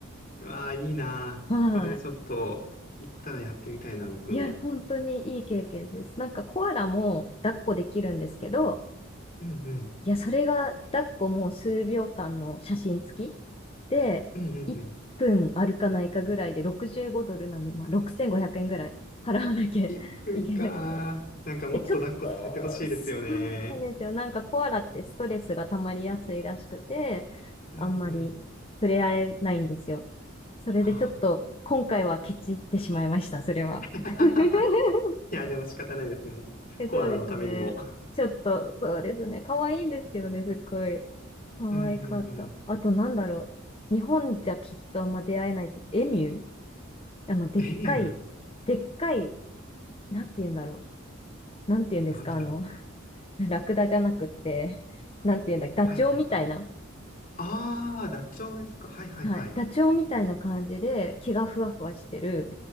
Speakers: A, on the left; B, on the left.
A: うわあ、いいなー。
B: はい。
A: それちょっと、行ったらやってみたいな、僕も。
B: いや、本当にいい経験です。なんかコアラも抱っこできるんですけど、
A: うんうん。
B: いや、それが抱っこもう数秒間の写真付きで、
A: うんうんうん。
B: 1分歩かないかぐらいで65ドルなんで、まあ、6500円ぐらい払わなきゃ
A: 1分かー。
B: <laughs> いけなくて。
A: なんかもっと抱っこさせてほしいですよね。
B: で、ちょっと、そうなんですよ。なんかコアラってストレスが溜まりやすいらしくて、
A: うんうん。
B: あんまり触れ合えないんですよ。それでちょっと今回はケチってしまいました、
A: あ
B: それは。
A: あ。<laughs>
B: <laughs>
A: いや、でも仕方ないですね。
B: え、
A: コアラのためにも。
B: そうですね。ちょっと、そうですね。可愛いんですけどね、すっごい。可愛かった。
A: うんうんうん。
B: あと、なんだろう。日本じゃきっとあんま出会えない。エミューあの、でっかい、
A: エミュー
B: でっかい、なんて言うんだろう。なんて言うんですか、
A: なんだろう。
B: あの、<laughs> ラクダじゃなくって、なんて言うんだっけ、ダチョウみたいな。
A: はいはいはい。ああ、ダチョウですか。はいはいはい。
B: はい。ダチョウみたいな感じで、毛がふわふわしてる、